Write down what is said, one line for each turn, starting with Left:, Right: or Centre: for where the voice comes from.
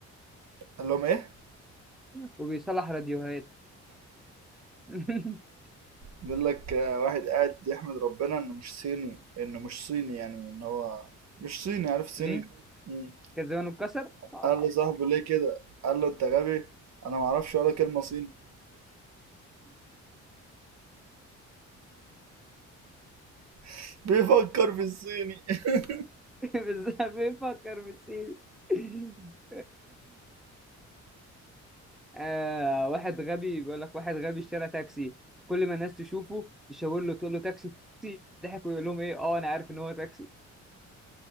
Right: قال لهم ايه
Centre: <laughs> وبيصلح راديوهات <laughs>
Right: بيقول لك آه، واحد قاعد يحمد ربنا انه مش صيني انه مش صيني يعني ان هو مش صيني عارف صيني
Centre: ليه
Right: مم.
Centre: كان زمانه اتكسر <laughs>
Right: قال له صاحبه ليه كده قال له انت غبي انا ما اعرفش ولا كلمة صيني <laughs> بيفكر في الصيني <laughs>
Centre: بالظبط بيفكر بالسيل <laughs> آه واحد غبي بيقول لك واحد غبي اشترى تاكسي كل ما الناس تشوفه تشاور له تقول له تاكسي تاكسي، ضحك ويقول لهم ايه اه انا عارف ان هو تاكسي